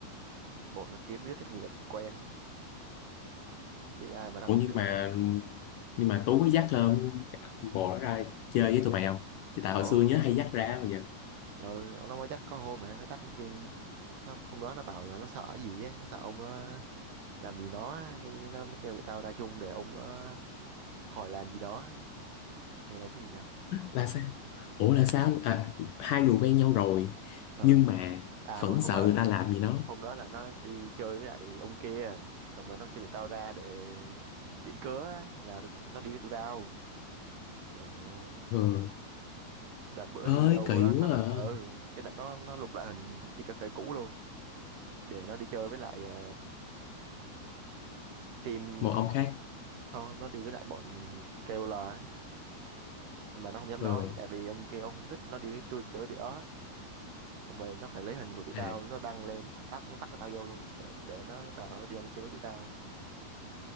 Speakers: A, on the right (about 65°); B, on the left (about 75°).
A: một là kiếm đứa thất nghiệp quen chứ ai mà đáp
B: Ủa
A: ứng
B: nhưng
A: được
B: mà nhưng mà Tú có dắt lên bộ đó ra chơi với tụi mày không? Thì tại
A: có
B: hồi xưa nhớ hay dắt ra mà giờ
A: rồi nó mới dắt có hôm mà nó dắt tin nó không đó nó bảo là nó sợ gì ấy nó sợ ông nó làm gì nó á, cái nên nó mới kêu tụi tao ra chung để ông nó khỏi làm gì đó nghe biết gì đó
B: là sao? Ủa là sao? À, hai người quen nhau rồi
A: ờ
B: nhưng mà
A: à
B: vẫn
A: mà hôm
B: sợ
A: đó
B: người ta làm gì nó.
A: hôm đó là nó đi chơi với lại ông kia xong rồi nó kêu tụi tao ra để biện cớ á, là tụi- nó đi với tụi tao trời ơi
B: Ừ.
A: đợt bữa
B: Ơi
A: đi đâu
B: kỳ
A: đó nó
B: quá à.
A: ừ cái đợt nó nó lục lại hình đi cà phê cũ luôn để nó đi chơi với lại à, team
B: Một ông khác.
A: không nó đi với lại bọn KOL á Nhưng mà nó không dám
B: Ừ.
A: nói tại vì ông kia ông không thích nó đi với tôi chơi tụi đó xong rồi nó phải lấy hình của tụi tao
B: À
A: nó đăng lên tắt nó tắt tụi tao vô luôn để để nó bảo là nó đi ăn đi chơi với tụi tao